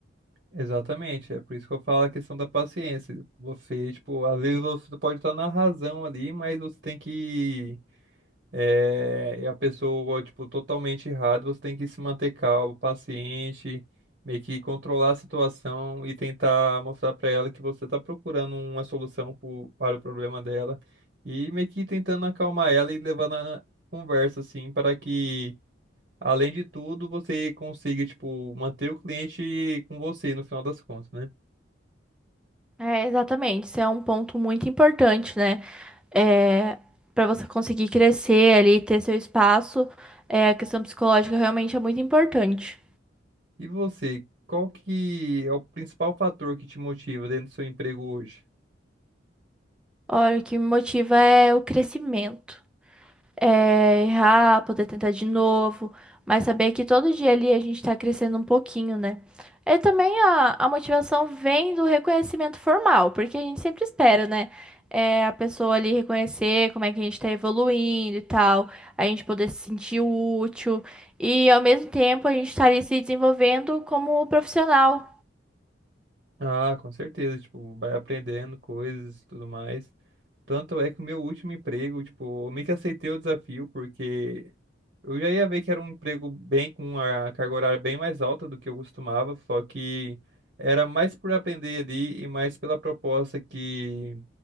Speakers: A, on the right; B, in the centre.
A: Exatamente, é por isso que eu falo a questão da paciência. Você, tipo, às vezes você pode estar na razão ali, mas você tem que É, e a pessoa, tipo, totalmente errada, você tem que se manter calmo, paciente, meio que controlar a situação e tentar mostrar para ela que você está procurando uma solução pro- para o problema dela e meio que tentando acalmar ela e levando a conversa, assim, para que, além de tudo, você consiga, tipo, manter o cliente com você no final das contas, né?
B: É, exatamente, isso é um ponto muito importante, né? É, para você conseguir crescer ali, ter seu espaço, é, a questão psicológica realmente é muito importante.
A: E você, qual que é o principal fator que te motiva dentro do seu emprego hoje?
B: Olha, o que me motiva é o crescimento. é, errar, poder tentar de novo, mas saber que todo dia ali a gente está crescendo um pouquinho, né? E também a, a motivação vem do reconhecimento formal, porque a gente sempre espera, né? É, a pessoa ali reconhecer como é que a gente está evoluindo e tal, a gente poder se sentir útil e ao mesmo tempo a gente estar ali se desenvolvendo como profissional.
A: Ah, com certeza, tipo, vai aprendendo coisas e tudo mais. Tanto é que o meu último emprego, tipo, eu meio que aceitei o desafio, porque eu já ia ver que era um emprego bem com a carga horária bem mais alta do que eu costumava, só que era mais por aprender ali e mais pela proposta que